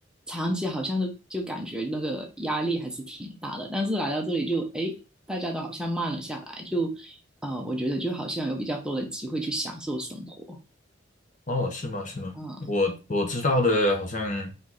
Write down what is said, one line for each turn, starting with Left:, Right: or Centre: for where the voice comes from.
Centre: 长期好像就就感觉那个压力还是挺大的。但是来到这里就诶，大家都好像慢了下来，就呃，我觉得就好像有比较多的机会去享受生活。
Left: 哦，是吗？是吗？
Centre: 啊，
Left: 我我知道的，好像